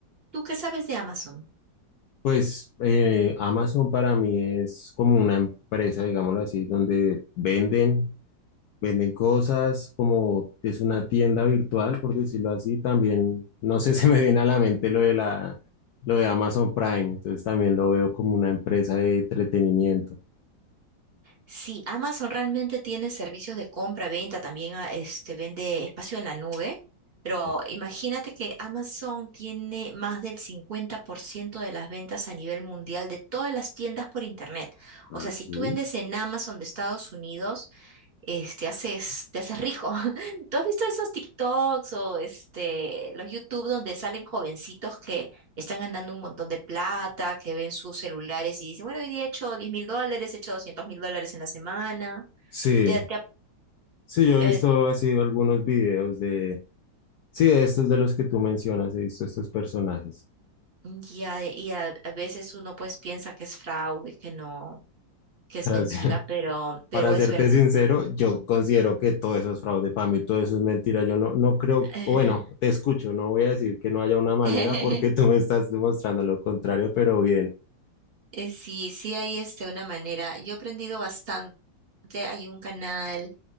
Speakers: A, on the right (about 35°); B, on the left (about 65°).
A: ¿Tú qué sabes de Amazon?
B: pues eh, Amazon para mí es como una empresa, digámoslo así, donde venden, venden cosas, como es una tienda virtual, por decirlo así. También, no sé, <laughs> se me viene a la mente lo de la, lo de Amazon Prime, entonces también lo veo como una empresa de entretenimiento.
A: Sí, Amazon realmente tiene servicios de compra, venta, también ah, este, vende espacio en la nube, pero
B: Oh,
A: imagínate que Amazon tiene más del 50% de las ventas a nivel mundial de todas las tiendas por internet.
B: Ah,
A: O sea, si
B: sí.
A: tú vendes en Amazon de Estados Unidos, este, haces, te haces rico. <laughs> ¿Tú has visto esos TikToks o este, los YouTube donde salen jovencitos que están ganando un montón de plata, que ven sus celulares y dicen, bueno, hoy día he hecho diez mil dólares, he hecho doscientos mil dólares en la semana.
B: Sí,
A: Te- te-
B: sí, yo
A: eh,
B: he visto así algunos videos de, sí, de estos de los que tú mencionas, he visto estos personajes.
A: y a, y a- a veces uno pues piensa que es fraude, que no, que es
B: Para
A: mentira,
B: ser- <laughs>
A: pero, pero
B: para
A: es
B: serte
A: verdad.
B: sincero, yo
A: ¿No?
B: considero que todo eso es fraude para mí, todo eso es mentira. Yo no, no creo,
A: <laughs>
B: o bueno, te escucho, no voy a decir que no haya una manera
A: <laughs>
B: porque tú me estás demostrando lo contrario, pero bien.
A: Eh, Sí, sí hay este, una manera. Yo he aprendido bastante. Hay un canal